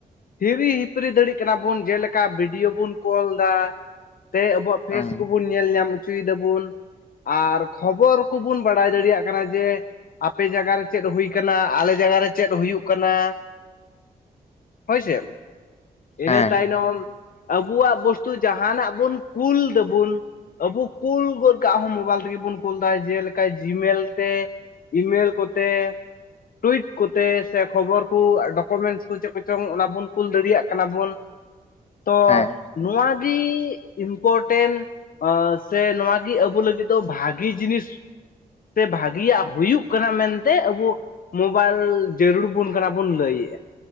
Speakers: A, on the left; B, on the left.
A: ᱦᱤᱨᱤ ᱦᱤᱯᱤᱨᱤ ᱫᱟᱲᱤᱜ ᱠᱟᱱᱟ ᱵᱩᱱ ᱡᱮᱞᱮᱠᱟ ᱵᱤᱰᱤᱭᱳ ᱵᱩᱱ ᱠᱚᱞ ᱫᱟ ᱛᱮ ᱟᱵᱚᱣᱟᱜ ᱯᱷᱮᱥ
B: ᱦᱮᱸ
A: ᱠᱚᱵᱩᱱ ᱧᱮᱞ ᱧᱟᱢ ᱦᱚᱪᱚᱭ ᱫᱟᱹᱵᱩᱱ᱾ ᱟᱨ ᱠᱷᱚᱵᱚᱨ ᱠᱚᱵᱩᱱ ᱵᱟᱲᱟᱭ ᱫᱟᱲᱮᱭᱟᱜ ᱠᱟᱱᱟ ᱡᱮ ᱟᱯᱮ ᱡᱟᱜᱟ ᱨᱮ ᱪᱮᱫ ᱦᱩᱭ ᱠᱟᱱᱟ, ᱟᱞᱮ ᱡᱟᱜᱟ ᱨᱮ ᱪᱮᱫ ᱦᱩᱭᱩᱜ ᱠᱟᱱᱟ, ᱦᱳᱭ ᱥᱮ ᱤᱱᱟᱹ
B: ᱦᱮᱸ
A: ᱛᱟᱭᱱᱚᱢ ᱵᱩᱣᱟᱜ ᱵᱚᱥᱛᱩ ᱡᱟᱦᱟᱸᱱᱟᱜ ᱵᱩᱱ ᱠᱩᱞ ᱫᱟᱵᱩᱱ ᱟᱵᱩ ᱠᱩᱞ ᱜᱚᱫ ᱠᱟᱜ ᱦᱚᱸ ᱢᱳᱵᱟᱭᱤᱞ ᱛᱮ ᱜᱮ ᱵᱚᱱ ᱠᱩᱞ ᱫᱟ ᱡᱮᱞᱮᱠᱟ ᱡᱤᱢᱮᱞ ᱛᱮ, ᱤᱢᱮᱞ ᱠᱚᱛᱮ, ᱴᱩᱭᱤᱴ ᱠᱚᱛᱮ, ᱥᱮ ᱠᱷᱚᱵᱚᱨ ᱠᱩ ᱰᱚᱠᱚᱢᱮᱱᱥ ᱱᱤᱛᱳᱜ ᱪᱮᱫ ᱠᱚᱪᱚᱝ ᱚᱱᱟ ᱵᱚᱱ ᱠᱩᱞ ᱫᱟᱲᱮᱭᱟᱜ ᱠᱟᱱᱟ ᱵᱩᱱ, ᱛᱚ
B: ᱦᱮᱸ
A: ᱱᱚᱣᱟ ᱜᱤ ᱤᱢᱯᱚᱴᱮᱱᱴ ᱟᱸ ᱥᱮ ᱱᱚᱣᱟ ᱜᱤ ᱟᱵᱩ ᱞᱟᱹᱜᱤᱫ ᱫᱚ ᱵᱷᱟᱜᱤ ᱡᱤᱱᱤᱥ ᱥᱮ ᱵᱷᱟᱹᱜᱤ ᱭᱟᱜ ᱦᱩᱭᱩᱜ ᱠᱟᱱᱟ ᱢᱮᱱ ᱛᱮ, ᱟᱵᱩ ᱢᱳᱵᱟᱭᱤᱞ ᱡᱟᱹᱨᱩᱲ ᱵᱩᱱ ᱠᱟᱱᱟ ᱵᱚᱱ ᱞᱟᱹᱭᱮᱜᱼᱟ᱾